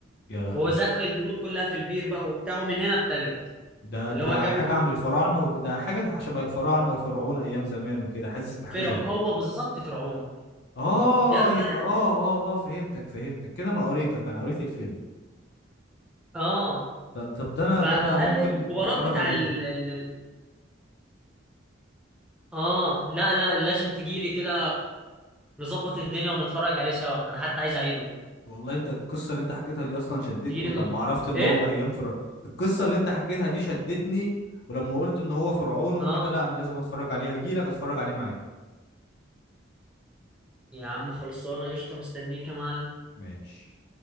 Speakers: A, on the left (about 55°); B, in the centre.
A: يا لهوي
B: وهو زق الجنود كلها في البير بقى وبتاعه من هنا ابتدت
A: ده
B: اللي
A: ده
B: هو جابوا
A: حاجة
B: تلت-
A: عن الفراعنة وكده حاجة شبه الفراعنة وفرعون أيام زمان وكده حاسس بحاجة
B: فرع
A: زي كده
B: هو بالظبط فرعون
A: آه
B: جاب
A: يبقى
B: بقى
A: آه آه آه فهمتك فهمتك كده أنا قريتك أنا قريت الفيلم
B: اه
A: طب طب ده أنا
B: فقلل
A: ده أنا ممكن
B: الكبارات
A: أتفرج
B: بتاع
A: عليه
B: ال...
A: ده
B: ال... اه لا لا لازم تجيلي كده نظبط الدنيا ونتفرج عليه سوا انا حتى عايز اعيده
A: والله انت القصه اللي انت حكيتها دي اصلا شدتني
B: تجيلي النهارده
A: ولما عرفت ان
B: ايه
A: هو ايام فرع القصه اللي انت حكيتها دي شدتني ولما قلت ان هو فرعون وكده
B: اه
A: لا انا لازم اتفرج عليها هجيلك اتفرج عليه معاك
B: يا عم خلصانه قشطه مستنيك يا معلم
A: ماشي